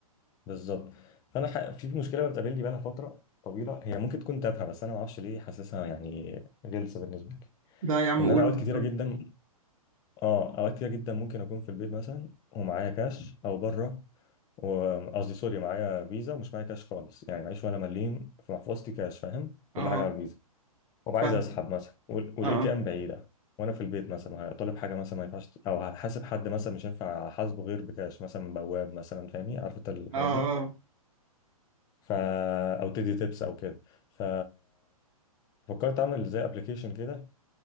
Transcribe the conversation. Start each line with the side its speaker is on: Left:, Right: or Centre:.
Left: بالظبط فانا ح- في في مشكله بتقابلني بقالها فتره طويله هي ممكن تكون تافهه بس انا ما اعرفش ليه حاسسها يعني غلسه بالنسبه لي
Right: لا يا عم
Left: ان
Right: قول
Left: انا اوقات كتيره جدا اه اوقات كتيره جدا ممكن اكون في البيت مثلا ومعايا كاش او بره وقصدي سوري معايا فيزا ومش معايا كاش خالص يعني معيش ولا مليم في محفظتي كاش فاهم
Right: اه
Left: كل حاجه على الفيزا وابقى
Right: فاهم
Left: عايز اسحب مثلا والاي
Right: اه
Left: تي ام بعيده وانا في البيت مثلا هطلب حاجه مثلا ما ينفعش او هحاسب حد مثلا مش هينفع احاسبه غير بكاش مثلا من بواب مثلا فاهمني عارف انت الحاجات
Right: اه اه
Left: دي ف او تدي تيبس او كده ف فكرت اعمل زي ابلكيشن كده